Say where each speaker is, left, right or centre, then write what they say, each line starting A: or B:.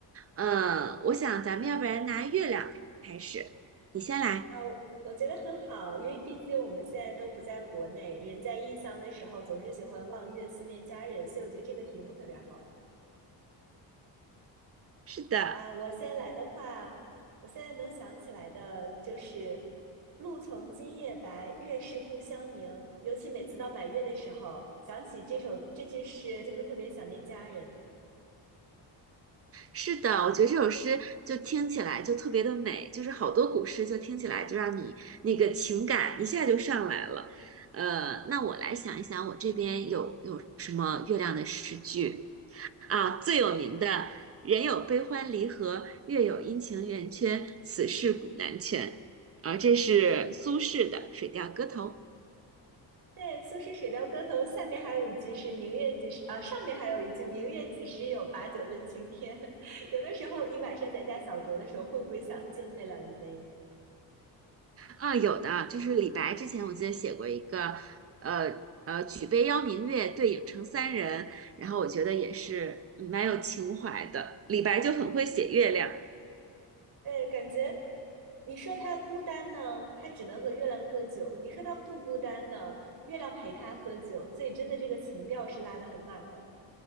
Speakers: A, on the right; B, on the right.
A: 呃，我想咱们要不然拿月亮开始，你先来。
B: 啊，我觉得很好，因为毕竟我们现在都不在国内，人在异乡的时候总是喜欢望月思念家人，所以我觉得这个题目特别好
A: 是的。
B: 啊。我现在来的话，我现在能想起来的就是“露从今夜白，月是故乡明”，尤其每次到满月的时候，想起这首这句诗，就会特别想念家人。
A: 是的，我觉得这首诗就听起来就特别的美，就是好多古诗就听起来就让你那个情感一下就上来了。呃，那我来想一想，我这边有有什么月亮的诗句啊？最有名的“人有悲欢离合，月有阴晴圆缺，此事古难全”，啊，这是苏轼的《水调歌头》。
B: 对，苏轼《水调歌头》下面还有一句是“明月几时”，啊，上面还有一句“明月几时有，把酒问青天” <laughs> 有的时候，你晚上在家小酌的时候，会不会想敬月亮一杯？
A: 啊，有的，就是李白之前我记得写过一个，呃呃，举杯邀明月，对影成三人，然后我觉得也是嗯蛮有情怀的。李白就很会写月亮，
B: 对，感觉你说他孤单呢，他只能和月亮喝酒；你说他不孤单呢，月亮陪他喝酒。所以，真的这个情调是拉得很满的。